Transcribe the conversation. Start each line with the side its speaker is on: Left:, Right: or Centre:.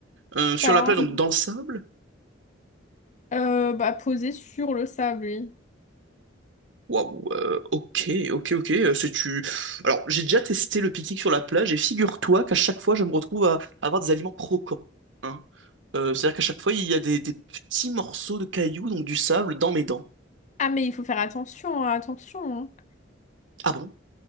Right: Euh, sur
Left: Ça
Right: la
Left: va
Right: plage,
Left: vraiment
Right: donc dans le sable?
Left: euh, bah, poser sur le sable. oui.
Right: Waouh, euh, ok, ok, ok. euh, C'est tu. Alors, j'ai déjà testé le pique-nique sur la plage et figure-toi qu'à chaque fois, je me retrouve à, à avoir des aliments croquants. hein. Euh, c'est-à-dire qu'à chaque fois, il y a des, des petits morceaux de cailloux, donc du sable, dans mes dents.
Left: Ah, mais il faut faire attention, hein, attention. hein.
Right: Ah bon?